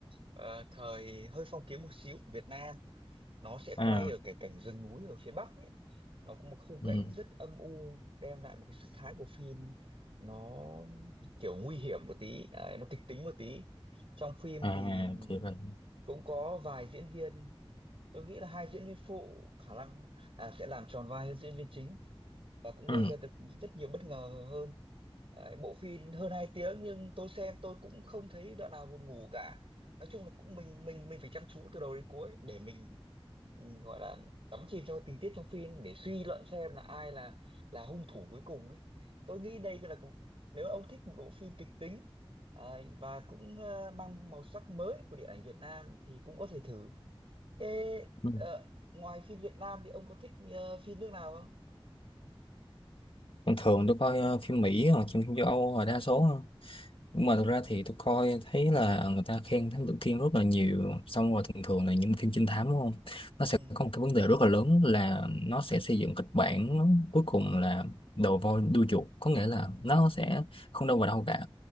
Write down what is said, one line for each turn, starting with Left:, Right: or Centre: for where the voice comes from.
Right: ờ, thời hơi phong kiến một xíu của Việt Nam nó sẽ
Left: À.
Right: quay ở cái cảnh rừng núi ở phía Bắc ấy nó có một khung
Left: Ừ.
Right: cảnh rất âm u đem lại một cái sắc thái của phim nó kiểu nguy hiểm một tí ấy, nó kịch tính một tí trong phim
Left: À,
Right: thì
Left: thì vậy.
Right: cũng có vài diễn viên tôi nghĩ là hai diễn viên phụ khả năng là sẽ làm tròn vai hơn diễn viên chính và cũng
Left: Ừ.
Right: gây ra được rất nhiều bất ngờ hơn Đấy, bộ phim hơn 2 tiếng nhưng tôi xem tôi cũng không thấy đoạn nào buồn ngủ cả nói chung là cũng mình mình mình phải chăm chú từ đầu đến cuối để mình ừ, gọi là đắm chìm trong tình tiết trong phim để suy luận xem là ai là là hung thủ cuối cùng ấy tôi nghĩ đây là nếu ông thích một bộ phim kịch tính à, và cũng ờ, mang màu sắc mới của điện ảnh Việt Nam thì cũng có thể thử thế
Left: ừ.
Right: ờ, ngoài phim Việt Nam thì ông có thích ờ, phim nước nào không
Left: Thường thường tôi coi ờ, phim Mỹ hoặc phim châu Âu là đa số hơn. Nhưng mà thực ra thì tôi coi thấy là người ta khen Thám Tử Kiên rất là nhiều. Xong rồi thường thường là những phim trinh thám đúng không? Nó
Right: ừ
Left: sẽ có một cái vấn đề rất là lớn là nó sẽ xây dựng kịch bản cuối cùng là đầu voi đuôi chuột. Có nghĩa là nó sẽ không đâu vào đâu cả.